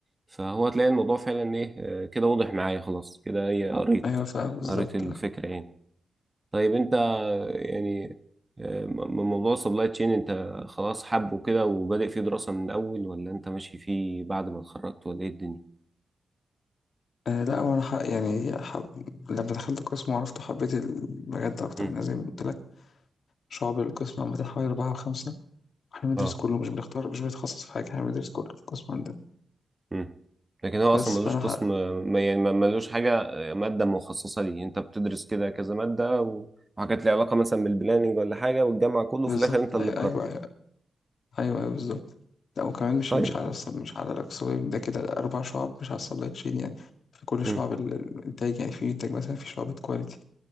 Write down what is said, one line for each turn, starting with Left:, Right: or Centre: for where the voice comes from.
Right: فهو تلاقي الموضوع فعلا ايه آه، كده واضح معايا خلاص كده ايه قريت
Left: أيوة فاهم بالظبط
Right: قريت الفكره
Left: اه
Right: يعني طيب انت يعني آه، م- من موضوع السبلاي تشين انت خلاص حبه كده وبادئ فيه دراسة من الاول ولا انت ماشي فيه بعد ما اتخرجت ولا ايه الدنيا
Left: آه، لا وأنا حق يعني حب... لما دخلت القسم وعرفته حبيت المجال ده أكتر
Right: امم
Left: من زي ما قلت لك شعب القسم عامة حوالي أربعة أو خمسة احنا بندرس
Right: اه
Left: كله مش بنختار مش بنتخصص في حاجة احنا بندرس كله في القسم عندنا
Right: امم لكن هو اصلا
Left: بس
Right: ملوش
Left: فأنا
Right: قسم
Left: حق
Right: ما- يعني ما- ملوش حاجة آه، مادة مخصصة ليه انت بتدرس كده كذا مادة و- وحاجات ليها علاقة مثلا بالبلاننج ولا حاجة والجامعة كله
Left: بالظبط
Right: في الاخر انت اللي
Left: أيوة
Right: تقرر
Left: أيوة ايوه ايوه بالظبط لا وكمان مش
Right: طيب
Left: مش على الص- مش على الاكسوبيم ده كده اربع شعب مش على السبلاي تشين يعني في كل
Right: امم
Left: شعب ال- ال- الانتاج يعني في انتاج مثلا في شعبة كواليتي